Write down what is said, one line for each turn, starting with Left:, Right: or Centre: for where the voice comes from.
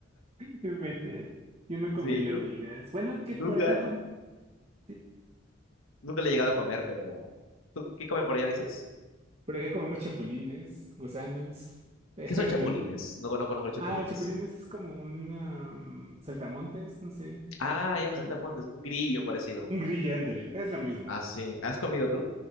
Right: Qué mente. Yo no comería
Left: Sí, ¿no?
Right: hormigas. Bueno, que
Left: Nunca,
Right: por acá com sí,
Left: Nunca le he llegado a comer, pero... ¿Tú qué comen por allá, dices?
Right: por acá comemos chapulines, gusanos. <laughs> Pero
Left: ¿Qué son chapulines?
Right: no.
Left: No, no conozco los chapulines.
Right: Ah, chapulines es como un um, saltamontes, no sé.
Left: Ah,
Right: si lo he escuchado?
Left: ya un saltamontes, un grillo parecido.
Right: Un grillo, ándale. Es lo mismo.
Left: Ah, sí. ¿Has comido tú?